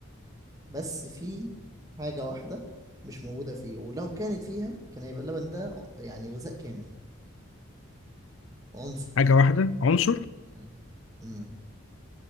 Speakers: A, on the right; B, on the left.
A: بس فيه حاجة واحدة مش موجودة فيه ولو كانت فيها كان هيبقى اللبن ده يعني غذاء كامل عنصر
B: حاجه واحده عنصر
A: مم. مم.